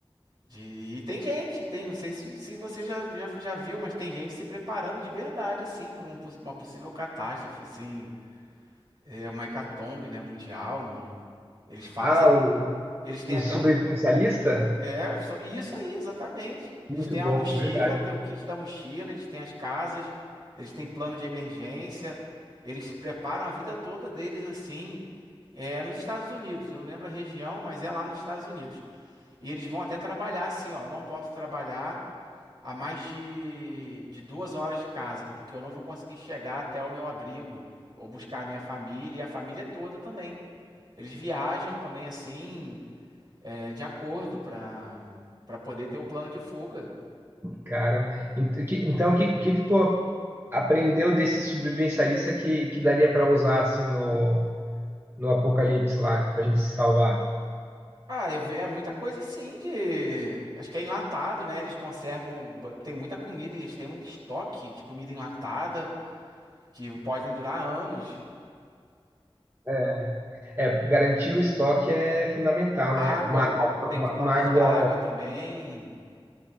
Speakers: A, on the right; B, on the right.
A: De... E tem gente, tem, não sei se, se você já, já, já viu, mas tem gente se preparando de verdade, assim, por um, poss- uma possível catástrofe, assim. É uma hecatombe, né, mundial. um- Eles fazem,
B: Ah, o,
A: eles têm
B: o
A: até
B: sobrevivencialista?
A: um, é, so- e isso aí, exatamente. Eles
B: Muito
A: têm
B: bom,
A: a mochila,
B: verdade.
A: têm o kit da mochila, eles têm as casas, eles têm plano de emergência, eles se preparam a vida toda deles assim, é nos Estados Unidos. Eu não lembro a região, mas é lá nos Estados Unidos. E eles vão até trabalhar assim, ó, não posso trabalhar a mais de, de duas horas de casa, porque eu não vou conseguir chegar até o meu abrigo ou buscar a minha família e a família toda também. Eles viajam também assim, é, de acordo para para poder ter o plano de fuga.
B: Cara, ent- que- então o que, que, que tu a- aprendeu desse sobrevivencialista que, que daria para usar assim no, no apocalipse lá, pra gente se salvar?
A: Ah, é, é muita coisa assim de. Acho que é enlatado, né? Eles conservam. Tem muita comida, hein? eles têm um estoque de comida enlatada que podem durar anos.
B: É, é, garantir o estoque é fundamental,
A: Água,
B: né? Uma água,
A: eles têm
B: uma,
A: estoque
B: uma água
A: de água também.